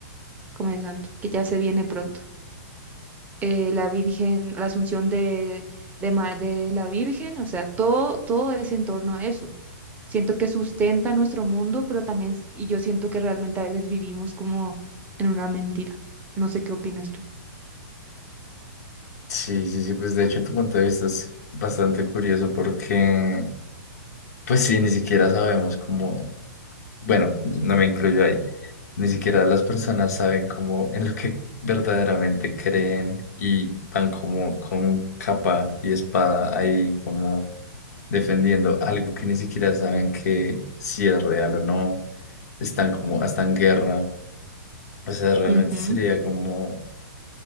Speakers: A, on the right; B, on the left.
A: como en santo, que ya se viene pronto. Eh, la Virgen, la Asunción de, de, Ma- de la Virgen, o sea, todo, todo es en torno a eso. Siento que sustenta nuestro mundo, pero también, s- y yo siento que realmente a veces vivimos como en una mentira. No sé qué opinas tú.
B: Sí, sí, sí, pues de hecho tu punto de vista es bastante curioso porque, pues sí, ni siquiera sabemos cómo, bueno, no me incluyo ahí, ni siquiera las personas saben cómo en lo que verdaderamente creen y van como con capa y espada ahí como defendiendo algo que ni siquiera saben que si es real o no, están como hasta en guerra, o sea, realmente
A: Ujú,
B: sería como